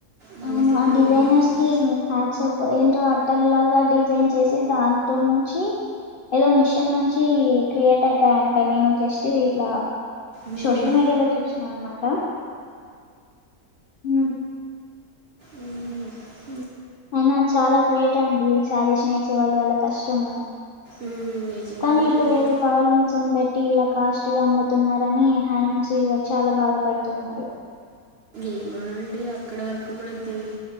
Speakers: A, on the right; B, on the left.
A: వాళ్ళకే
B: అవును ఆ
A: తెలియాలండి
B: డిజైైనర్స్ కి హ్యాచ్ ఏంటో అట్టల్లా గా డిజైన్ చేసి దాంతో నుంచి ఏదో మిషన్ నుంచి క్రియేట్ అయితాయంట నేను జస్ట్ ఇలా
A: మ్మ్.
B: సోషల్ మీడియాలో చూసినా అన్నమాట ఉమ్
A: ఉహు
B: అయినా చాలా గ్రేట్ అండి ఈ శారీస్ నేసేవాళ్లు వాళ్ళ కష్టము
A: మ్మ్. నిజమేనండి
B: కానీ ఇప్పుడు ఏదో పవర్లూమ్స్ అని పెట్టి ఇలా కాస్ట్ గా అమ్ముతున్నారని హ్యాండ్లూమ్స్ చాలా బాధపడుతున్నారు
A: ఏమో అండి అక్కడ వరకు మనకు తెలి